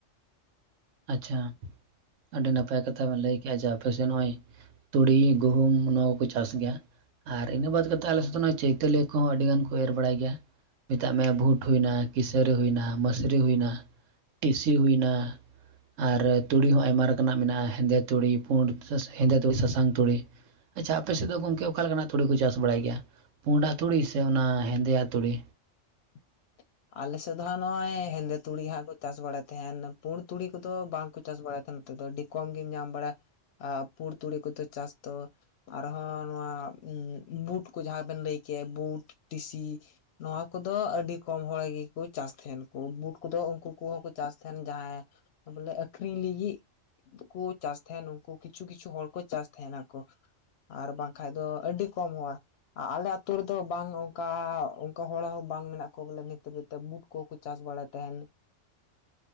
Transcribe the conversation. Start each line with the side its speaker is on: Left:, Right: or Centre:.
Right: ᱟᱪᱪᱷᱟ <inaudible> ᱟᱹᱰᱤ ᱱᱟᱯᱟᱭ ᱠᱟᱛᱷᱟ ᱵᱮᱱ ᱞᱟᱹᱭ ᱠᱮᱜᱼᱟ ᱡᱮ ᱟᱯᱮᱥ ᱱᱚᱜᱼᱚᱭ ᱛᱩᱲᱤ ᱜᱩᱦᱩᱢ ᱱᱚᱣᱟ ᱠᱚ ᱪᱟᱥ ᱜᱮᱭᱟ ᱟᱨ ᱤᱱᱟᱹ ᱵᱟᱫ ᱠᱟᱛᱮᱫ ᱟᱞᱮ ᱥᱮᱫ ᱫᱚ ᱱᱚᱜ ᱪᱟ. ᱭᱛᱟ. ᱞᱤ ᱠᱚᱦᱚᱸ ᱟᱹᱰᱤᱜᱟᱱ ᱠᱚ ᱮᱨ ᱵᱟᱲᱟᱭ ᱜᱮᱭᱟ ᱢᱮᱛᱟᱜ ᱢᱮ ᱵᱷᱩᱴ ᱦᱩᱭᱱᱟ ᱠᱤᱥᱟᱹᱨᱤ ᱦᱩᱭᱱᱟ ᱢᱟᱥᱨᱤ ᱦᱩᱭᱱᱟ ᱴᱤᱥᱤ ᱦᱩᱭᱱᱟ ᱟᱨ ᱛᱩᱲᱤ ᱦᱚᱸ ᱟᱭᱢᱟ ᱨᱮᱠᱟᱱᱟᱜ ᱢᱮᱱᱟᱜᱼᱟ ᱦᱮᱸᱫᱮ ᱛᱩᱲᱤ ᱯᱩᱰ <unintelligible> ᱦᱮᱸᱫᱮ ᱛᱩᱲᱤ ᱥᱟᱥᱟᱝ ᱛᱩᱲᱤ ᱟᱪᱪᱷᱟ ᱟᱯᱮ ᱥᱮᱫ ᱫᱚ ᱜᱚᱝᱠᱮ ᱚᱠᱟ ᱞᱮᱠᱟᱱᱟᱜ ᱛᱩᱲᱤ ᱠᱚ ᱪᱟᱥ ᱵᱟᱲᱟᱭ ᱜᱮᱭᱟ ᱯᱩᱸᱰᱟ-ᱜ ᱛᱩᱲᱤ ᱥᱮ ᱚᱱᱟ ᱦᱮᱸᱫᱮᱭᱟᱼᱜ ᱛᱩᱲᱤ
Left: <inaudible> ᱟᱞᱮᱥᱮᱫ ᱫᱚᱦᱟᱜ ᱱᱚᱼᱚᱭ ᱦᱮᱸᱫᱮ ᱛᱩᱲᱤ ᱦᱟᱸᱜ ᱠᱚ ᱪᱟᱥ ᱵᱟᱲᱟᱭ ᱛᱟᱦᱮᱱ ᱯᱩᱲ ᱛᱩᱲᱤ ᱠᱚᱫᱚ ᱵᱟᱝᱠᱚ ᱪᱟᱥ ᱵᱟᱲᱟᱭ ᱛᱟᱦᱮᱸᱱ ᱱᱚᱛᱮ ᱫᱚ ᱟᱹᱰᱤ ᱠᱚᱢ ᱜᱤᱧ ᱧᱟᱢ ᱵᱟᱲᱟᱭ ᱟ ᱯᱩᱲ ᱛᱩᱲᱤ ᱠᱚᱫᱚ ᱪᱟᱥ ᱫᱚ ᱟᱨᱦᱚᱸ ᱱᱚᱣᱟ <unintelligible> ᱵᱩᱴ ᱠᱚ ᱡᱟᱦᱟᱸ ᱵᱮᱱ ᱞᱟᱹᱭ ᱠᱮ-ᱟ ᱵᱩᱴ ᱴᱤᱥᱤ ᱱᱚᱣᱟ ᱠᱚᱫᱚ ᱟᱹᱰᱤ ᱠᱚᱢ ᱦᱚᱲ ᱜᱮᱠᱚ ᱪᱟᱥ ᱛᱟᱦᱮᱱ ᱠᱚ ᱵᱩᱴ ᱠᱚᱫᱚ ᱩᱱᱠᱩ ᱠᱚᱦᱚᱸᱠᱚ ᱪᱟᱥ ᱛᱟᱦᱮᱱ ᱡᱟᱦᱟᱸᱭ ᱵᱚᱞᱮ ᱟᱠᱷᱨᱤᱧ ᱞᱟᱹᱜᱤᱫ ᱵᱟᱠᱩ ᱪᱟᱥ ᱛᱟᱦᱮᱱ ᱩᱱᱠᱩ ᱠᱤᱪᱷᱩ ᱠᱤᱪᱷᱩ ᱦᱚᱲ ᱠᱚ ᱪᱟᱥ ᱛᱟᱦᱮᱱᱟᱠᱚ ᱟᱨ ᱵᱟᱝᱠᱷᱟᱱ ᱫᱚ ᱟᱹᱰᱤ ᱠᱚᱢ ᱦᱚᱲ ᱟᱞᱮ ᱟᱹᱛᱩ ᱨᱮᱫᱚ ᱵᱟᱝ ᱚᱱᱠᱟ ᱚᱱᱠᱟ ᱦᱚᱲ ᱦᱚᱸ ᱵᱟᱝ ᱢᱮᱱᱟᱜ ᱠᱚ ᱵᱚᱞᱮ ᱱᱤᱛ ᱦᱟᱹᱵᱤᱡᱛᱮ ᱵᱩᱴ ᱠᱚᱦᱚᱸ ᱠᱚ ᱪᱟᱥ ᱵᱟᱲᱟᱭ ᱛᱟᱦᱮᱱ